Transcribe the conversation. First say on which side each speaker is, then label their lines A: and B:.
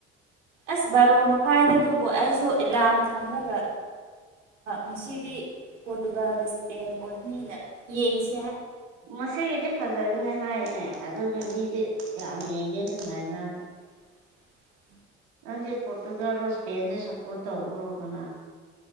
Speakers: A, on the right (about 80°); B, on the right (about 65°).
A: ꯑꯁ ꯕꯥꯔꯣ ꯃꯈꯥꯏꯗꯗꯨꯕꯨ ꯑꯩꯁꯨ ꯑꯦꯂꯥꯝ ꯊꯝꯂꯒ ꯉꯁꯤꯗꯤ ꯄꯣꯔꯇꯨꯒꯥꯜꯒ ꯏꯁꯄꯦꯟ ꯑꯣꯏꯕꯅꯤꯅ ꯌꯦꯡꯁꯤ
B: ꯃꯁꯤꯒꯤꯗꯤ ꯐꯖꯒꯅꯤ ꯍꯥꯏꯌꯦ ꯑꯗꯨꯒꯤ ꯃꯤꯗꯤ ꯌꯥꯝ ꯌꯦꯡꯒꯦ ꯅꯨꯡꯉꯥꯏꯅ
A: <inaudible>
B: ꯅꯗꯤ ꯄꯣꯣꯔꯇꯨꯒꯜ ꯏꯁꯄꯦꯟꯗ ꯁꯄꯣꯔꯠ ꯇ ꯑꯣꯕ꯭ꯔꯣꯒꯣ